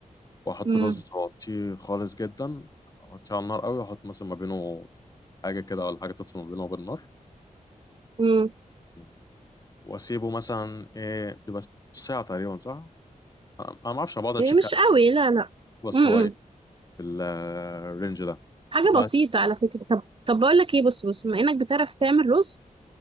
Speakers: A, on the left; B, on the right.
A: واحط
B: امم
A: الرز واغطيه خالص جدا اغطيه على النار قوي واحط مثلا ما بينه حاجه كده ولا حاجه تفصل ما بينه وبين النار
B: امم
A: و واسيبه مثلا ايه بيبقى ساعه تقريبا صح انا أنا ما اعرفش انا بقعد اتشيك
B: إيه مش
A: عليه
B: قوي لا لا
A: بس
B: امم
A: هو ايه في ال- الرينج ده
B: حاجة
A: بعد
B: بسيطة على فكرة طب طب بقول لك ايه بص بص بما انك بتعرف تعمل رز